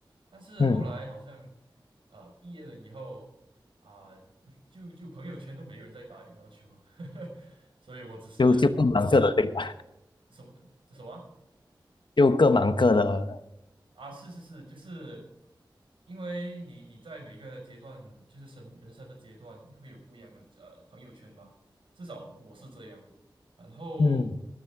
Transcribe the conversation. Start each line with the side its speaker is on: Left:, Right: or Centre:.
Right: 但是后来好像
Left: 嗯，
Right: 呃毕业了以后啊、<laughs> 就就朋友圈都没人在打羽毛球了，<laughs> 所以我只是
Left: 就就各忙各的，对吧？
Right: 什么什么啊。
Left: 就各忙各的了。
Right: 啊，是是是，就是因为你你在每一个阶段，就是生人生的阶段，你会有不一样的呃朋友圈嘛。至少我是这样。然后
Left: 嗯。